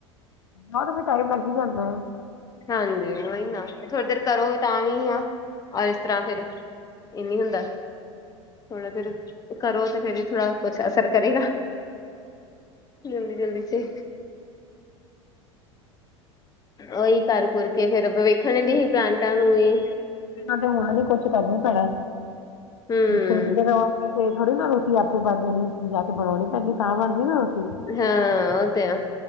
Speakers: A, on the left (about 70°); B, on the left (about 25°).
A: ਹਾਂ ਬ ਤੇ ਫਿਰ ਟਾਈਮ ਲੱਗ ਹੀ ਜਾਂਦਾ ਹੈ
B: ਹਾਂਜੀ ਉਹੀ ਨਾ ਥੋੜੀ ਦੇਰ ਕਰੋ ਤਾਂ ਵੀ ਆ ਔਰ ਇਸ ਤਰ੍ਹਾਂ ਫਿਰ ਇਹ ਨੀ ਹੁੰਦਾ ਥੋੜਾ ਚਿਰ ਕਰੋ ਤੇ ਫੇਰ ਵੀ ਥੋੜਾ ਕੁਛ ਅਸਰ ਕਰੇਗਾ ਜਲਦੀ ਜਲਦੀ ਚ ਓਹੀ ਕਰ ਕੁੁਰ ਕੇ ਫੇਰ ਵੇਖਣ ਡਈ
A: ਇਹਨਾਂ
B: ਸੀ ਪਲਾਂਟਾਂ ਨੂੰ ਵੀ
A: ਤੇ ਹੋਣਾ ਵੀ ਕੁਛ ਕਰਨੀ ਹੀ ਪੈਣਾ
B: ਹੂੰ,
A: ਜੇ ਸੋਚਦੇ ਰਵੋ ਥੋੜੀ ਨਾ ਰੋਟੀ ਆਪੇ ਬਣ ਜਾਣੀ ਜਾ ਕੇ ਬਣਾਉਣੀ ਪਹਿਲੀ ਤਾਂ ਬਣਦੀ ਨਾ ਰੋਟੀ
B: ਹਾਂ ਓ ਤੇ ਆ